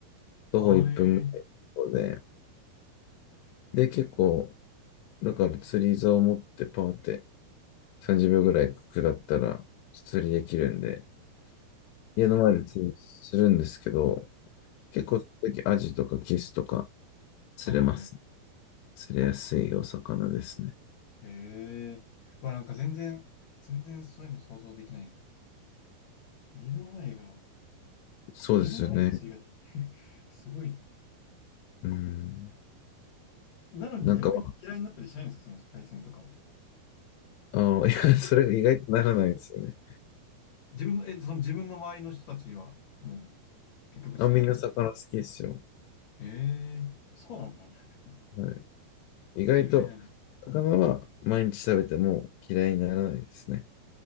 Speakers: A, on the left (about 90°); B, on the left (about 65°).
A: 徒歩1分ぐらいのところで。
B: あーえー
A: で、結構、だから釣り竿を持ってパーって30秒ぐらい下ったら釣りできるんで、家の前で釣りするんですけど、結構、その時アジとかキスとか
B: はいはいはい。
A: 釣れます。
B: <laughs> すごはいはいはいはい
A: 釣れやすいお魚ですね。
B: へえ。うわ、なんか全然、全然そういうの想像できないな。家の前が、
A: そうですよね。
B: 家の前で釣りができる。<laughs> すごいね。
A: うん。
B: なのに逆に嫌いになったりしないんですかその海鮮とかを。
A: なんか、ああ、いや、それが意外とならないですよね。
B: やっぱ、自分の、え、その自分の周りの人たちは、もう、結局好きなんですか
A: あ、みんな魚好きですよ。
B: へえ。そうなんだ。<laughs>
A: はい。意外と、
B: 意外だな。
A: 魚は毎日食べても嫌いにならないですね。